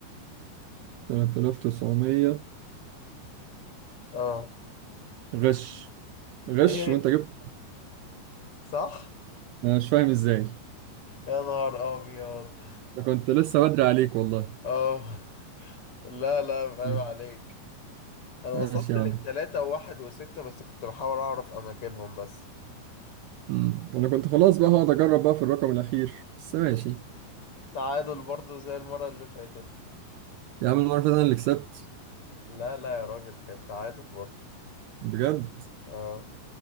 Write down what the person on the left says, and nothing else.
اه
ايه
صح
يا نهار ابيض
<laughs> اه لا لا فاهم
عليك انا وصلت
للتلاتة
وواحد وستة بس كنت بحاول اعرف اماكنهم بس
تعادل برضو زي المرة اللي فاتت
لا لا يا راجل كانت تعادل برضو
اه